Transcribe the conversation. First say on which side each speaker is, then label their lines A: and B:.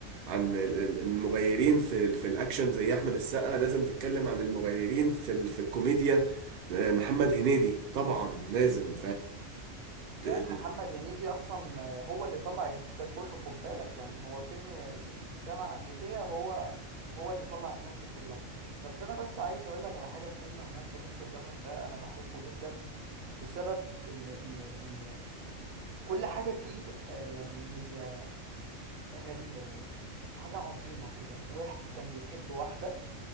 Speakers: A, on the right; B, on the right.
A: عن ال- ال- المغيرين في ال- في الاكشن زي احمد السقا لازم تتكلم عن المغيرين في ال... في الكوميديا آه، محمد هنيدي طبعا لازم
B: لا
A: فاهم
B: محمد هنيدي اصلا آه، هو اللي طلع الجيل ده كله خد بالك يعني هو فيلم آه، صعيدي في الجامعة الامريكية هو هو اللي طلع الناس دي كلها بس انا بس عايز اقول لك على حاجه في فيلم همام في امستردام ده انا بحبه جدا السبب ان ان ان كل حاجه فيه آه، يعني هي غريبه يعني حاجه عظيمه كده واحد كان بيحب واحده